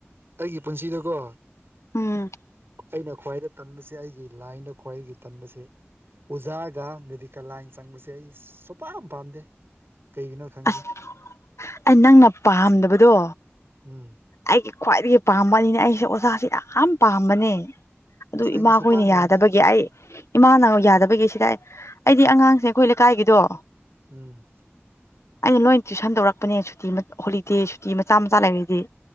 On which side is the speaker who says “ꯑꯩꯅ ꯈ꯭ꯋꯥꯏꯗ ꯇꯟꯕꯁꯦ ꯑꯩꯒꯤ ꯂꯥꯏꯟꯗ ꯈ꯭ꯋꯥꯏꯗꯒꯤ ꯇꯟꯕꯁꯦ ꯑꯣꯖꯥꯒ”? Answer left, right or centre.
Right